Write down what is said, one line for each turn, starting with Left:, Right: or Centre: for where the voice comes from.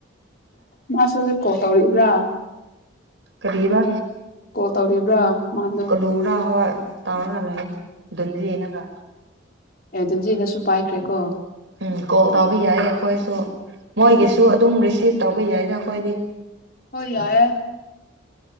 Left: ꯃꯥꯁꯨ꯫ ꯍꯧꯖꯤꯛ ꯀꯣꯜ ꯇꯧꯔꯤꯕ꯭ꯔꯥ꯫
Right: ꯀꯔꯤꯕ꯫
Left: ꯀꯣꯜ ꯇꯧꯔꯤꯕ꯭ꯔꯥ꯫ ꯃꯥꯗꯣ
Right: ꯀꯂꯨꯔꯥ ꯍꯣꯢ ꯇꯧꯔꯒ ꯂꯥꯔꯤ꯫ ꯗꯟ ꯗꯤꯌꯦꯅꯀ
Left: ꯑꯦ ꯑꯗꯨꯟꯖꯤꯅꯁꯨ ꯄꯥꯏꯈ꯭ꯔꯦꯀꯣ
Right: ꯎꯝ ꯀꯣꯜ ꯇꯥꯕ ꯌꯥꯏ ꯑꯩꯈꯣꯏꯁꯨ ꯃꯣꯏꯒꯤꯁꯨ
Left: ꯎꯝ
Right: ꯑꯗꯨꯝ ꯔꯤꯁꯤꯞ ꯇꯧꯕ ꯌꯥꯏꯗ ꯑꯩꯈꯣꯏꯗꯤ
Left: ꯍꯣꯏ ꯌꯥꯏꯌꯦ